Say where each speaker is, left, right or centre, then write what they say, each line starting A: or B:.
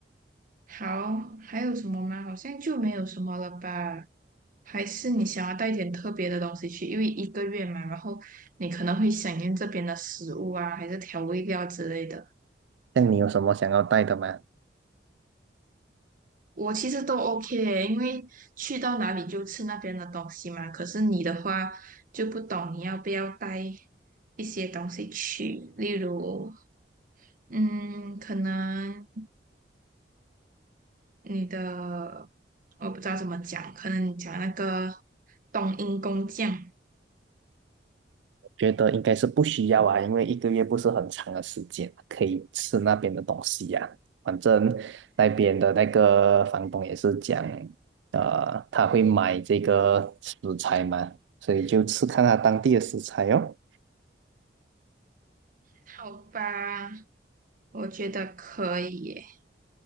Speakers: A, on the right; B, on the right.
A: 好，还有什么吗？好像就没有什么了吧？还是你想要带一点特别的东西去？因为一个月嘛，然后你可能会想念这边的食物啊，还是调味料之类的。
B: 像你有什么想要带的吗？
A: 我其实都 OK，因为去到哪里就吃那边的东西嘛。可是你的话就不懂，你要不要带一些东西去？例如，嗯，可能你的我不知道怎么讲，可能你讲那个冬阴功酱，
B: 觉得应该是不需要啊，因为一个月不是很长的时间，可以吃那边的东西呀、反正那边的那个房东也是讲，呃，他会买这个食材嘛，所以就吃看他当地的食材哦。
A: 好吧，我觉得可以耶。